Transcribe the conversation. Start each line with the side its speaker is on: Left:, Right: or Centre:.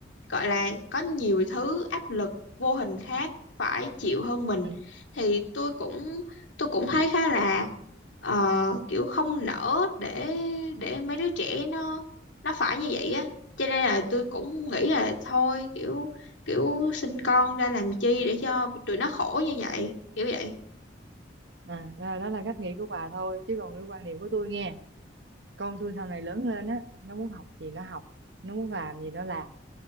Left: gọi là có nhiều thứ áp lực vô hình khác phải chịu hơn mình
Right: ừ, ừ.
Left: thì tôi cũng tôi cũng thấy khá là ờ, kiểu không nỡ để để mấy đứa trẻ nó nó phải như vậy á cho nên là tôi cũng nghĩ là thôi kiểu kiểu sinh con ra làm chi để cho tụi nó khổ như vậy kiểu vậy
Right: à, đó, đó là cách nghĩ của bà thôi chứ còn cái quan điểm của tôi nghe con tôi sau này lớn lên á nó muốn học gì nó học nó muốn làm gì nó làm